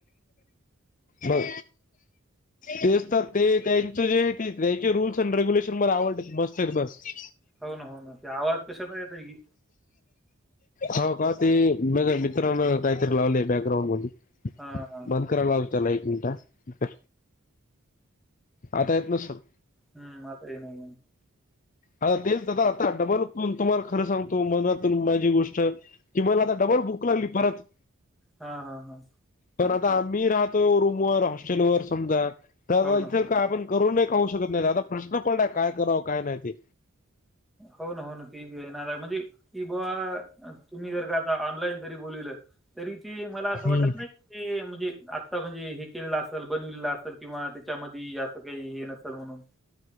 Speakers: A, on the left; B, in the centre.
A: बर, तेच तर ते त्यांच जे ते त्यां रूल्स एन्ड रेग्युलेशन मला आवडलेत, मस्त आहेत मस्त.
B: हो ना हो ना, ते आवाज कशाचा येतय की.?
A: हा का, ते म का मित्रांन काहीतरी लावलय, बॅकग्राउंड मधी.
B: हा हा
A: बंद कराय लावतो त्याला एक मिनिटं हं. आता येत नसल.
B: हम्म, आता येतनाय
A: हा तेच दादा आता डबल करून तुम्हाला खरं सांगतो मनातून माझी गोष्ट कि मला आता डबल भूक लागली परत.
B: हा हा हा.
A: पण आता आम्ही राहतो रूमवर हॉस्टेल वर समजा, दादा
B: हो ना हम्म.
A: आपण करूनही खाऊ शकत नाही दादा, प्रश्न पडलाय काय कराव काय नाही ते.
B: हो ना हो ना, ते बी येणाराय म्हजे कि बूआ तुम्ही जर का आता ऑनलाईन जरी बोलवलं, तरी ते मला
A: ते
B: असं वाटत नाही ते म्हणजे आता म्हणजे हे केलेलं असल, बनवलेलं असल, किंवा त्याच्यामध्ये असं काही हे नसल म्हणून <inaudible>